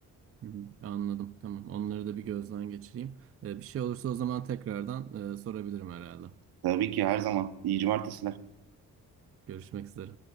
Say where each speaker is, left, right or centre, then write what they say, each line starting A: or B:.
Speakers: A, on the right; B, on the right.
A: hı. hı. Anladım. Tamam. Onları da bir gözden geçireyim. Ee, bir şey olursa o zaman tekrardan e, sorabilirim herhalde.
B: Tabii ki her zaman. İyi cumartesiler.
A: Görüşmek üzere.